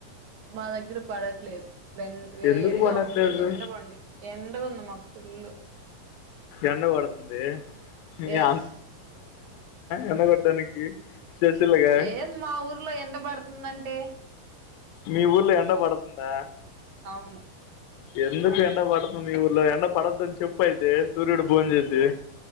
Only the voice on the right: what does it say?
మా దగ్గర పడట్లేదు వెన్ వేడిగా
ఉంది ఎండ బండి ఎండగా ఉంది మాకు ఫుల్లు
ఎస్
లేదు మా ఊర్లో ఎండ పడుతుందంటే
అవును